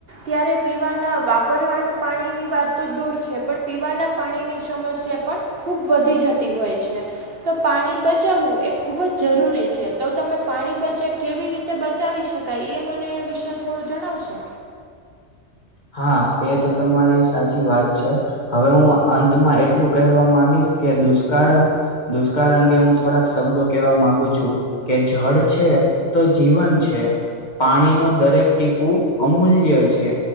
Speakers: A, on the right (about 55°); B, on the left (about 40°).
A: ત્યારે પીવાના વાપરવાનું પાણીની વાત તો દૂર છે પણ પીવાના પાણીની સમસ્યા પણ ખૂબ વધી જતી હોય છે. તો પાણી બચાવવું એ ખૂબ જ જરૂરી છે તો તમે પાણી બચે કેવી રીતે બચાવી શકો કંઈ એ મને એ વિશે થોડું જણાવશો.
B: હા એ તો તમારી સાચી વાત છે. હવે હું અંતમાં એટલું કહેવા માંગીશ કે દુષ્કાળ દુષ્કાળ અંગે હું થોડાક શબ્દો કેહેવા માંગુ છું કે જળ છે તો જીવન છે પાણી ન દરેક ટીપૂ અમૂલ્ય છે.